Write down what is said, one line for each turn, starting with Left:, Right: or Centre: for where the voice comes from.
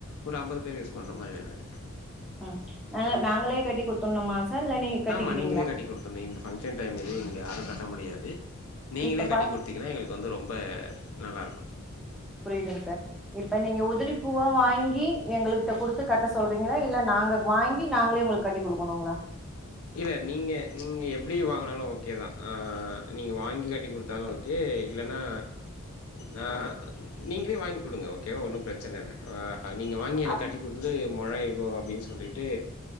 Left: ஒரு அம்பது பேரு யூஸ் பண்ற மாரி வேணு எனக்கு
Centre: ம் நாங்க நாங்களே கட்டி குடுத்துணுமா சார் இல்ல நீங்க கட்டிக்கிறீங்களா
Left: ஆமா நீங்களே கட்டி குடுத்துர்னு இந்த பங்க்ஷன் டைம் இது இங்க யாரும் கட் ட முடியாது நீங்களே
Centre: இப்ப
Left: கட்டி
Centre: பாத்
Left: குடுத்தீங்கன்னா எங்களுக்கு வந்து ரொம்ப நல்லாருக்கு
Centre: புரியுதுங்க சார் இப்ப நீங்க உதிரி பூவா வாங்கி எங்களுக்கு ட்ட குடுத்து கட்ட சொல்றீங்களா இல்ல நாங்க வாங்கி நாங்களே உங்களுக்கு கட்டி குடுக்கணுங்களா
Left: இல்ல நீங்க நீங்க எப்டி வாங்னாலு ஓகே தா ஆ நீங்க வாங்கி கட்டி குடுத் தாலு ஓகே இல்லன்னா நா நீங்களே வாங்கி குடுங்க ஓகேவா ஒன்னு பிரச்சனை இல்ல ஆ ஆ நீங்க வாங்கி எனக்கு
Centre: அது
Left: கட்டி குடுத்துட்டு மொழம் எவ்ளோ அப்டின் சொல்லிட்டு